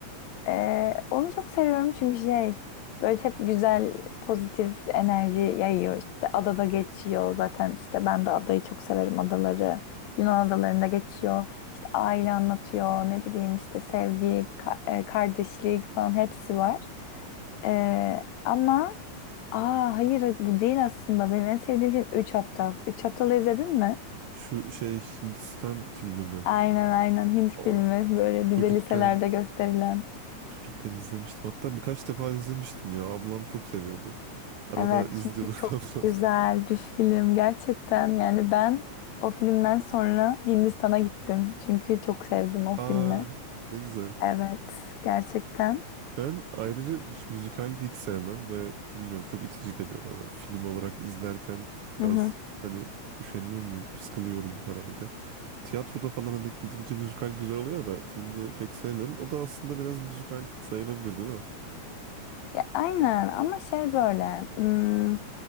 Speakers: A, on the left (about 75°); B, on the right (about 85°).
A: Ee, onu çok seviyorum çünkü şey böyle hep güzel pozitif enerji yayıyor. İşte adada geçiyor zaten işte ben de adayı çok severim adaları. Yunan adalarında geçiyor. İşte aile anlatıyor ne bileyim işte sevgi, ka- e, kardeşlik falan hepsi var. Ee, ama aa hayır bu değil aslında benim en sevdiğim film Üç Aptal. Üç Aptal'ı izledin mi?
B: şu şey Hindistan filmi mi?
A: Aynen aynen Hint filmi
B: O,
A: böyle
B: çocukken
A: bize liselerde gösterilen.
B: Çocukken izlemiştim. Hatta birkaç defa izlemiştim ya. Ablam çok seviyordu. Arada
A: Evet
B: izliyorduk
A: çünkü çok
B: <laughs> ablam.
A: güzel bir film gerçekten yani ben o filmden sonra Hindistan'a gittim çünkü çok sevdim o
B: Aa,
A: filmi.
B: ne güzel.
A: Evet gerçekten.
B: Ben ayrıca hiç müzikal hiç sevmem ve bilmiyorum çok itici geliyor bana. Film olarak izlerken biraz
A: Hı hı.
B: hani üşeniyor muyum? Sıkılıyorum herhalde. Tiyatroda falan hani gidince müzikal güzel oluyor da filmde pek sevmiyorum. O da aslında biraz müzikal sayılabilir değil mi?
A: Ya, aynen ama şey böyle hmm,